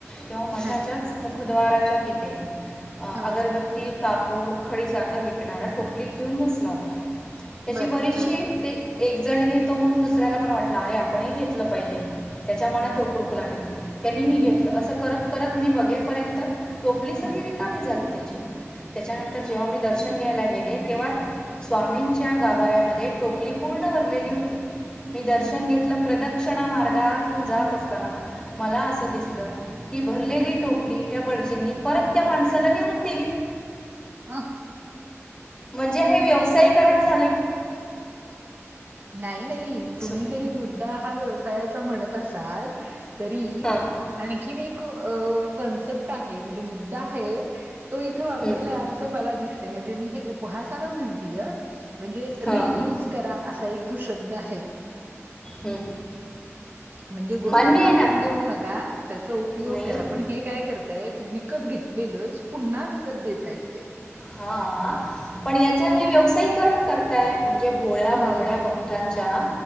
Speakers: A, on the left; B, on the right.
A: तेव्हा मठाच्याच
B: हा
A: मुखद्वाराच्या तिथे
B: हा
A: अगरबत्ती कापूर खडीसाख विकणारा टोपलीत घेऊन बसला होता त्याची
B: बरं
A: बरीचशी
B: हा
A: ते एक जण घेतो म्हणून दुसऱ्याला पण वाटलं अरे आपणही घेतलं पाहिजे त्याच्या मनात
B: हम्म
A: रुक रुकू लागली त्यांनी ह घेतलं
B: हम्म
A: असं करत करत मी बघेपर्यंत टोपली सगळी
B: हम्म
A: रिकामी झाली त्याची त्याच्यानंतर जव्हाी दर्शन घ्यायला गेले तेव्हा स्वामींच्या गाभाऱ्यामध्ये टोपली पूर्ण भरलेली होती मी दर्शन
B: हम्म
A: घेतलं प्रदक्षिणा मार्गातून जात असताना मला असं
B: हम्म
A: दिसलं की भरलेली
B: हम्म
A: टोपली त्या बडजींनी परत त्या माणसाला नेऊन दिली
B: हा
A: म्हणजे हे व्यवसायकरण झा
B: नाही नाही
A: सो-
B: तुम्ही जरी मुद्दा हा व्यवसायाचा म्हणत असाल तरी
A: हं,
B: आणखीन एक कॉन्सेप्ट आहे म्हणजे मुद्दा आहे तो इथं वापरलाय
A: हं,
B: असं मला दिसते म्हणजे मी हे उपहासान म्हणतीय म्हणजे
A: हं,
B: रियूज करा असा एक जो शब्द आहे
A: हं.
B: म्हणजे गोष्टी
A: मान्य
B: टाकून
A: आहे ना
B: देऊ नका त्याचा उपयोग
A: नाही
B: करा पण हे काय करताय विकत घेत लो पुन्हा विकत देत आहेत
A: हा पण याच हे व्यवसायीकरण करताय म्हणजे होोळ्या
B: हं.
A: बबड्या भक्तांच्या